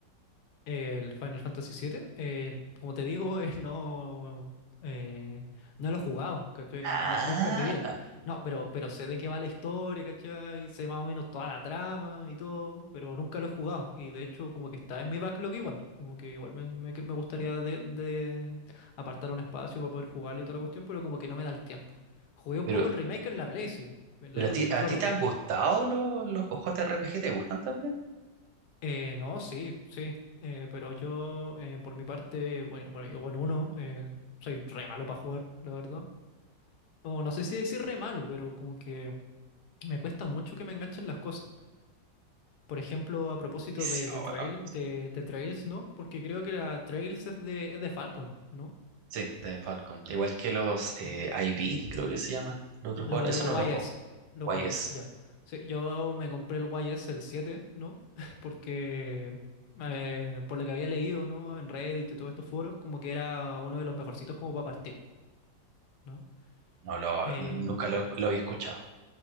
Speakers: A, on the left; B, on the right.
A: El Final Fantasy siete eh, como te digo, <laughs> eh, no, eh, no lo he jugado, ¿cachai?
B: Ah,
A: No, no- nunca en mi vida. No, pero, pero sé de qué va la historia, ¿cachai? Sé más o menos toda la trama y todo, pero nunca lo he jugado. Y de hecho, como que está en mi backlog igual. Como que igual me, me- me gustaría de, de apartar un espacio para poder jugarlo y toda la cuestión, pero como que no me da el tiempo. Jugué un
B: pero,
A: poco el remake en la Play, sí, el,
B: pero
A: el-
B: a ti,
A: el prólogo.
B: ¿a ti te han gustado los, los JRPG? ¿Te gustan también?
A: Eh, no, sí, sí, eh, pero yo eh, por mi parte, bueno, bueno, igual uno, eh, soy re malo para jugar, la verdad. O no sé si decir re malo, pero como que me cuesta mucho que me enganchen las cosas. Por ejemplo, a propósito
B: Viciado,
A: de, de Trail,
B: la-
A: de, de Trails, ¿no? Porque creo que la Trails es de, es de Falcon, ¿no?
B: Sí, de Falcom. Igual que los eh,
A: Sí.
B: IV, creo que se llaman. Los otros
A: Lo-
B: juegos, eso
A: Los
B: no lo juego.
A: YS, los YS,
B: YS.
A: ya. Sí, yo me compré el YS, el 7 ¿no? <laughs> Porque eh, por lo que había leído, ¿no? En Reddit y todos estos foros, como que era uno de los mejorcitos como para partir, ¿no?
B: No lo,
A: Eh,
B: nunca lo, lo había escuchado.